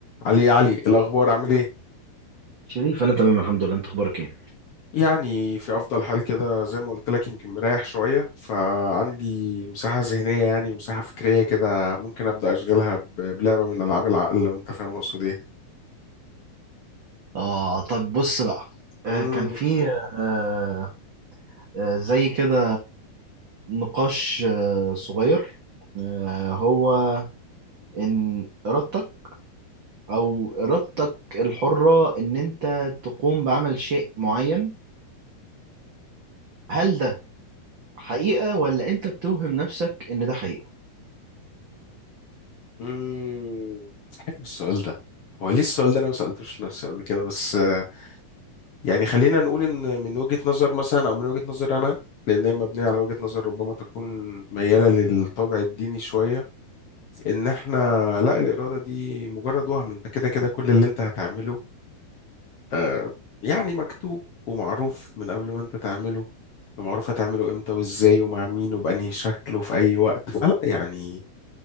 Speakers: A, on the left; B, on the right.
A: علي علي الأخبار عامل إيه؟
B: شريف انا تمام الحمد لله انت اخبارك ايه
A: يعني في أفضل حال كده زي ما قلت لك يمكن مريح شوية فعندي مساحة ذهنية يعني ومساحة فكرية كده ممكن أبدأ أشغلها ب- بلعبة من ألعاب العقل لو أنت فاهم أقصد إيه؟
B: آه طب بص بقى آه
A: مم،
B: كان في قول. آه آه زي كده نقاش آه صغير آه هو إن إرادتك أو إرادتك الحرة إن أنت تقوم بعمل شيء معين هل ده حقيقة ولا أنت بتوهم نفسك إن ده حقيقة؟
A: مم. حلو السؤال ده هو ليه السؤال ده أنا ما سألتوش نفسي قبل كده بس آه، يعني خلينا نقول إن من وجهة نظر مثلا أو من وجهة نظر أنا لأن هي مبنية على وجهة نظر ربما تكون ميالة للطابع الديني شوية ان احنا لا الاراده دي مجرد وهم انت كده كده كل اللي انت هتعمله آه يعني مكتوب ومعروف من قبل ما انت تعمله ومعروف هتعمله امتى وازاي ومع مين وبانهي شكل وفي اي وقت فلا يعني